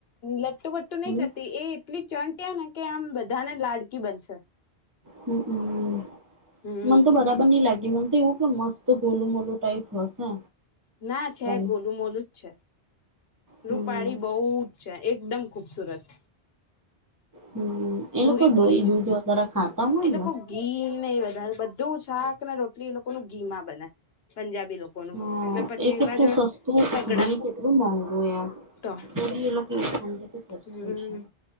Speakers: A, on the left; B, on the right.
A: લટ્ટુ બટ્ટુ નઈ
B: હમ
A: કરતી, એ એટલી ચંટ હેને કે આમ બધાને લાડકી બનશે.
B: હમમ,
A: હમ
B: મને તો બરાબર ની લાગ મન તો એવું કે મસ્ત ગોલું-મોલુ ટાઈપ હશે.
A: ના છે.
B: પણ
A: ગોલું-મોલું જ છે.
B: હમ
A: રૂપાળી બઉ જ છે, એકદમ ખુબસુરત.
B: હમ એ
A: ભૂરી-ભૂરી
B: લોકો દહી
A: છ.
B: દૂધ વધારે ખાતા હોય
A: એ લોકો
B: ને
A: ગી ને એ વધારે બધું શાકને રોટલી એ લોકોનું ઘીમા બને. પંજાબી લોકોનું
B: હમ,
A: એટલે પછી
B: એ કેટલું
A: એવા જ હોય
B: સસ્તું,
A: તગડા
B: ઘી કેટલું મોઘું એમ.
A: તો
B: તોબી એ લોકો એવું સમજે કે સસ્તું
A: હમ
B: છે એમ.